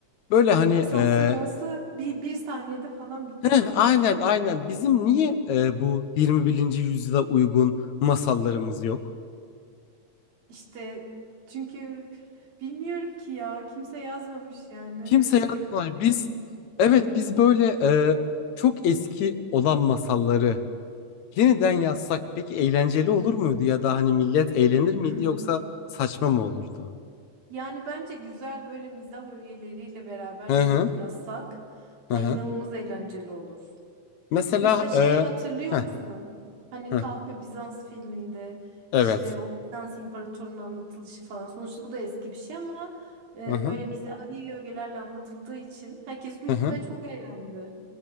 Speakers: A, on the left; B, on the right.
A: Böyle hani
B: Asansör
A: e,
B: olsa bir, bir saniyede falan bitiyor.
A: heh, aynen aynen bizim niye e, bu yirmi birinci yüzyıla uygun masallarımız yok?
B: İşte çünkü bilmiyorum ki ya kimse yazmamış yani
A: Kimse
B: ve böyle
A: yazmıyor.
B: kabul edilmiş.
A: Biz evet biz böyle e, çok eski olan masalları yeniden yazsak peki eğlenceli olur muydu ya da hani millet eğlenir miydi
B: <clears throat>
A: yoksa saçma mı olurdu?
B: Yani bence güzel böyle mizah öğeleriyle beraber
A: Hı
B: yaz-
A: hı
B: yazsak ha,
A: hı hı.
B: inanılmaz eğlenceli olur.
A: Mesela
B: Mesela şeyi
A: e,
B: hatırlıyor
A: heh,
B: musun? Hani
A: heh,
B: Kahpe Bizans filminde
A: evet.
B: işte o Bizans imparatorunun anlatılışı falan. Sonuçta bu da eski bir şey ama e,
A: Hı hı
B: böyle mizahi ögelerle anlatıldığı için herkes güldü
A: hı hı.
B: ve çok eğlendi.